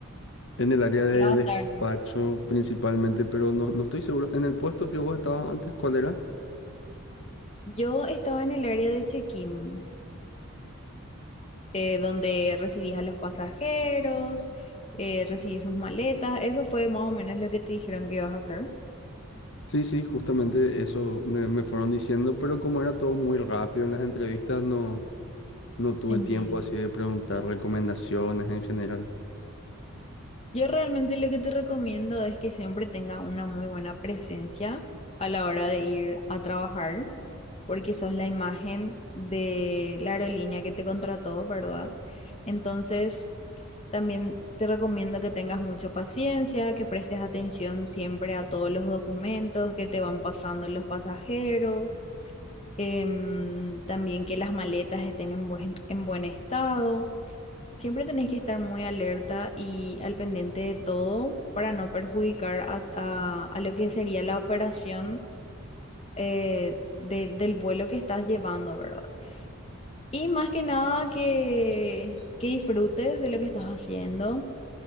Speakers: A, on the left; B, on the left.
A: En el área de
B: Iba a
A: despacho
B: estar.
A: principalmente, pero no, no estoy seguro. En el puesto que vos estabas antes, ¿cuál era?
B: Yo estaba en el área de check-in, eh, donde recibías a los pasajeros, eh, recibí sus maletas, eso fue más o menos lo que te dijeron que ibas a hacer.
A: Sí, sí, justamente eso me, me fueron diciendo, pero como era todo muy rápido en las entrevistas, no, no tuve
B: Entiendo.
A: tiempo así de preguntar recomendaciones en general.
B: Yo realmente lo que te recomiendo es que siempre tenga una muy buena presencia a la hora de ir a trabajar, porque sos la imagen de la aerolínea que te contrató, ¿verdad? Entonces... También te recomiendo que tengas mucha paciencia, que prestes atención siempre a todos los documentos que te van pasando los pasajeros, em, también que las maletas estén en buen, en buen estado. Siempre tenés que estar muy alerta y al pendiente de todo para no perjudicar a, a- a lo que sería la operación eh, de- del vuelo que estás llevando, ¿verdad? Y más que nada que, que disfrutes de lo que estás haciendo